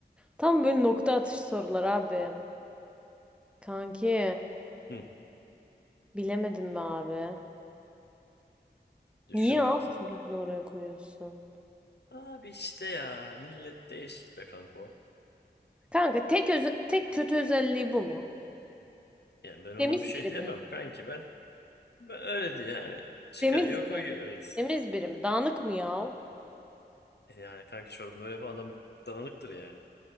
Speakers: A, in the centre; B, on the left.
A: Tam böyle nokta atışı sorular abi. Kanki
B: Hı.
A: bilemedim be abi.
B: Düşün
A: Niye abi
B: bakayım.
A: çocuğunu oraya koyuyorsun?
B: Abi işte ya millet değişik be kanka.
A: Kanka tek öze- tek kötü özelliği bu mu?
B: Ya ben ona
A: Temiz
B: bir şey
A: biri
B: diyemem
A: mi?
B: kanki ben. Ben öyle diye yani. Çıkarıyor
A: Temiz mi?
B: koyuyor reis.
A: Temiz biri mi? Dağınık mı ya?
B: E yani kanki çorabını öyle yapan adam dağınıktır yani.